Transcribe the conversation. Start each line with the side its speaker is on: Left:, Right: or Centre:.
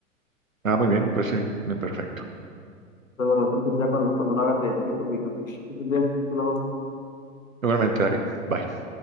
Right: Ah, muy bien, pues sí, muy perfecto.
Left: Pero bueno, entonces ya cuando, cuando lo haga te te echo un grito. Que estés bien, hasta luego.
Right: Igualmente, Dario. Bye.